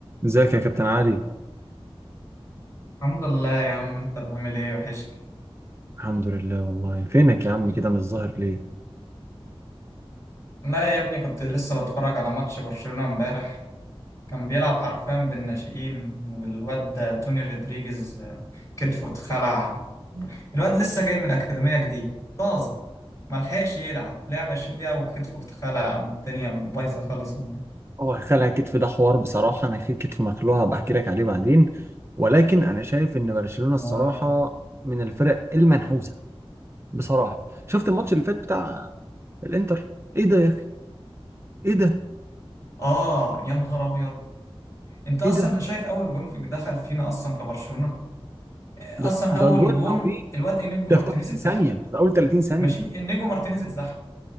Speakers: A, on the right (about 25°); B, on the left (about 30°).
A: ازيك يا كابتن علي
B: الحمد لله يا عم انت اللي عامل ايه وحشني
A: الحمد لله والله فينك يا عم كده مش ظاهر ليه
B: لا يا ابني كنت لسه بتفرج على ماتش برشلونة امبارح كان بيلعب حرفيا بالناشئين والواد ده توني رودريجيز كتفه اتخلع الواد لسه جاي من الأكاديمية جديد طازة ملحقش يلعب لعب 20 دقيقة وكتفه اتخلع والدنيا بايظة خالص معاه
A: هو خلع كتف ده حوار بصراحة أنا في كتف مخلوع هبقى أحكي لك عليه بعدين ولكن أنا شايف إن برشلونة الصراحة
B: اه
A: من الفرق المنحوسة بصراحة شفت الماتش اللي فات بتاع الإنتر إيه ده يا أخي إيه ده
B: اه يا نهار أبيض انت اصلا
A: إيه ده
B: شايف اول جون في دخل فينا اصلا في برشلونة اصلا
A: لا ده
B: اول
A: جول
B: جون
A: عظيم
B: الواد انيجو
A: ده
B: مارتينيز
A: في 30
B: اتزحلق
A: ثانية في أول 30 ثانية
B: ماشي انيجو مارتينيز اتزحلق